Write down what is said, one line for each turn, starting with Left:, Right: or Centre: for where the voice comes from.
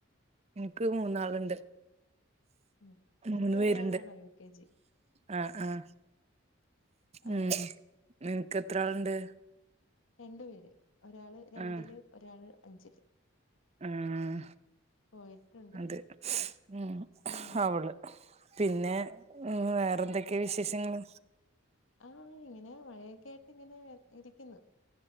Right: എനിക്ക് മൂന്നാളുണ്ട്
Left: ഉം
Right: മൂന്ന്
Left: ഏറ്റവും
Right: പേരുണ്ട്
Left: ഇളയാളാണോ യു കെ ജി
Right: ആഹ് ആഹ്
Left: ആ
Right: ഉം നിനക്ക് എത്ര ആളുണ്ട്
Left: രണ്ടു പേര് ഒരാള് രണ്ടില്
Right: ആഹ്
Left: ഒരാള് അഞ്ചില്
Right: ആഹ്
Left: പോയിട്ടുണ്ട്
Right: അതെ ഉം
Left: ഉം
Right: അവള്- പിന്നെ വേറെന്തൊക്കെയാ വിശേഷങ്ങള്
Left: ആഹ്‌ ഇങ്ങനെ മഴയൊക്കെ ആയിട്ട് ഇങ്ങനെ ഇരിക്കുന്ന്